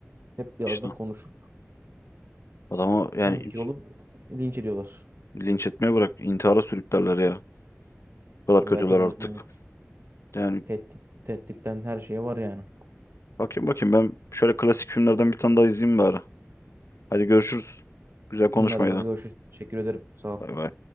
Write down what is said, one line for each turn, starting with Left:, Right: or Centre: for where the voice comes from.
Right: Hep bir ağızdan
Left: İşte
Right: konuşup
Left: adamı yani
Right: hem fikir olup linç ediyorlar.
Left: linç etmeye bırak intihara sürüklerler ya. O kadar
Right: Evet
Left: kötüler
Right: tabii
Left: artık.
Right: canım. evet.
Left: Yani
Right: Tehdit, tehditten her şeye var yani.
Left: bakayım bakayım ben şöyle klasik filmlerden bir tane daha izleyeyim bari. Hadi görüşürüz. Güzel konuşmaydı.
Right: İyi madem hadi görüşürüz. Teşekkür ederim. Sağ ol.
Left: Bay bay.